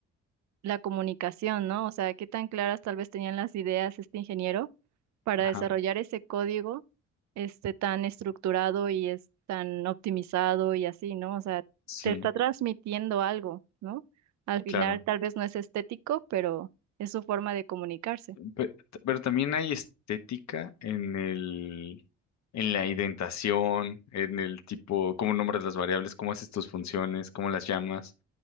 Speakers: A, on the right; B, on the left.
A: la comunicación, ¿no? O sea, qué tan claras tal vez tenían las ideas este ingeniero para
B: Ajá,
A: desarrollar ese código este tan estructurado y es tan optimizado y así, ¿no? O sea,
B: sí,
A: te está transmitiendo algo, ¿no? Al final
B: claro.
A: tal vez no es estético, pero es su forma de comunicarse.
B: Pe- Pero, también hay estética en el, en la indentación, en el tipo, cómo nombras las variables, cómo haces tus funciones, cómo las llamas.